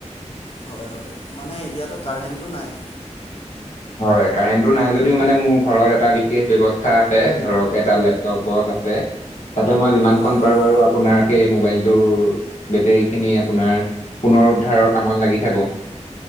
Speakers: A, on the left (about 50°); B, on the left (about 75°).
A: হয়', - হয়', মানে এতিয়াতো কাৰেণ্টো নাই',
B: হয়', কাৰেণ্টো নাই যদিও মানে মোৰ ঘৰত এটা বিশেষ ব্যৱস্থা আছে ধৰক এটা লেপ', লেপটপ আছে তাতে মই যিমান
A: হয়
B: খন পাৰোঁ
A: হয়
B: আৰু আপ', আপোনাৰ সেই মোবাইলটো বেটেৰী খিনি আপোনাৰ পুনৰ উদ্ধাৰৰ কামত লাগি থাকো',